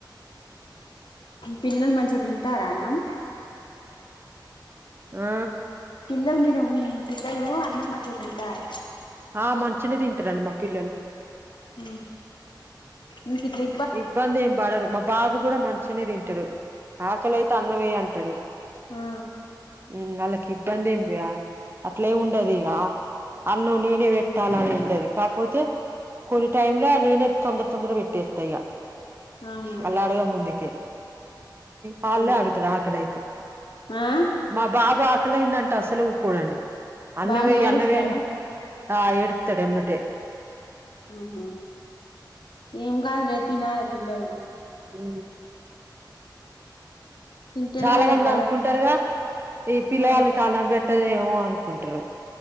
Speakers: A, on the left (about 80°); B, on the right (about 30°).
A: పిల్లలు మంచిగా తింటారా అన్నం.
B: ఆ.
A: పిల్లలు మీరు మీ పిల్లలు అన్నం మంచిగ తింటార.
B: ఆ మంచిగా తింటరండీ మా పిల్లలు.
A: ఊ నీకిది.
B: ఇబ్బంది ఏం పడరు మా బాబు కూడా మంచి గనే తింటడు ఆకలియితే అన్నమేయ్ అంటడు.
A: ఆ.
B: ఉ వాళ్ళకి ఇబ్బంది ఏమియా అట్లే ఉండదు ఇక. అన్నం నేనే పెట్టాలిఅని ఉండది కాపోతే. కొన్ని టైమ్ ల నేనే తొందర తొందర పెట్టేస్తా ఇగ
A: అవునా
B: అల్లాడగ ముందుకే. హాలిడే
A: ఆ
B: ఆడుగుతారు ఆకలి అయితే.
A: ఆ
B: మా బాబు ఆకలైందంటే అసలు ఊకోడండి అన్నం
A: బాగా
B: ఎయ్
A: ఏడుస్తాడా
B: అన్నం ఎయ్యి అని. ఆ ఏడుత్తడు ఎమ్మటే.
A: ఆహ ఏం గాదులే తినాలె పిల్లలు.
B: ఉ.
A: తింటేనే
B: చాలా
A: వాళ్ళకి
B: మంది
A: బలం
B: అనుకుంటరుగా ఈ పిల్లకాళ్ని
A: ఆ
B: కానబెట్. పంటదేమో అనుకుంటార్రు